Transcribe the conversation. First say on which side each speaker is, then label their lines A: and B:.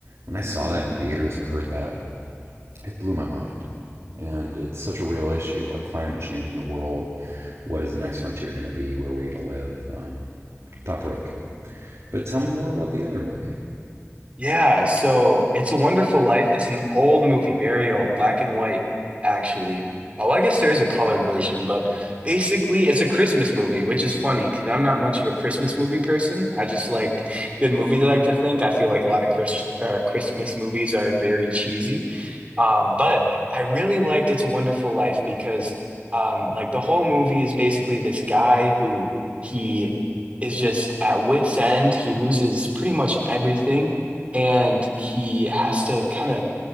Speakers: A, on the right; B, on the right.
A: When I saw
B: hmm
A: that in theaters and heard that, it blew my mind. And it's such a real issue, like climate change in the world. What is the next frontier going to be? Where are we going to live? Um, thought provoking. But tell me more about the other movie.
B: Yeah, so It's a Wonderful Life. It's an old movie, very old, black and white, actually. Oh, I guess there is a colored version, but basically it's a Christmas movie, which is funny because I'm not much of a Christmas movie person. I just like good movies, I like to think. I feel like a lot of Chris uh, Christmas movies are very cheesy. Um, but I really liked It's a Wonderful Life because um, like the whole movie is basically this guy who he is just at wit's end. He loses pretty much everything and he has to kind of